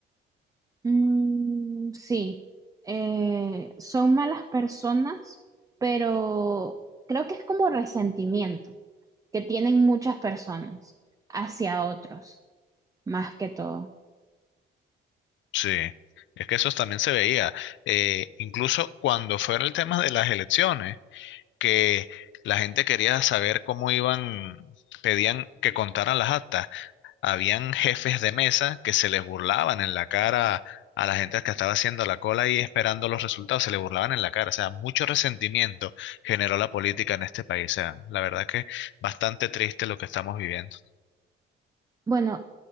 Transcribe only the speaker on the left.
Sí. Es que eso también se veía, eh, incluso cuando fue el tema de las elecciones que la gente quería saber cómo iban, pedían que contaran las actas. Habían jefes de mesa que se les burlaban en la cara a la gente que estaba haciendo la cola y esperando los resultados, se les burlaban en la cara. O sea, mucho resentimiento generó la política en este país. O sea, la verdad que bastante triste lo que estamos viviendo.